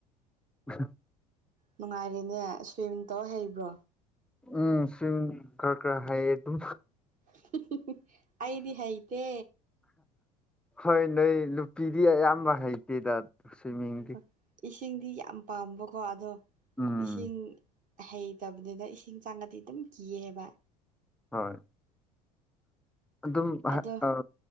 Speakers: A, in the centre; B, on the right (about 35°).
A: <inaudible>
B: ꯅꯨꯡꯉꯥꯏꯔꯤꯅꯦ ꯁ꯭ꯋꯤꯝꯃꯤꯡ ꯇꯧ ꯍꯩꯕ꯭ꯔꯣ
A: ꯎꯝ ꯁ꯭ꯋꯤꯝ ꯀꯔ ꯀꯔ ꯍꯩ ꯑꯗꯨꯝ
B: ꯍꯤꯍꯤꯍꯤ ꯑꯩꯗꯤ ꯍꯩꯇꯦ
A: ꯍꯣꯏ ꯅꯣꯏ ꯅꯨꯄꯤꯗꯤ ꯑꯌꯥꯝꯕ ꯍꯩꯇꯦꯗ ꯁ꯭ꯋꯤꯝꯃꯤꯡꯗꯤ
B: ꯍꯥ ꯏꯁꯤꯡꯗꯤ ꯌꯥꯝ ꯄꯥꯝꯕꯀꯣ ꯑꯗꯣ
A: ꯎꯝ
B: ꯏꯁꯤꯡ ꯍꯩꯇꯕꯅꯤꯗ ꯏꯁꯤꯡ ꯆꯪꯉꯗꯤ ꯑꯗꯨꯝ ꯀꯤꯌꯦꯕ
A: ꯍꯣꯏ ꯑꯗꯨꯝ
B: ꯑꯗꯣ
A: ꯍꯥ ꯑꯥ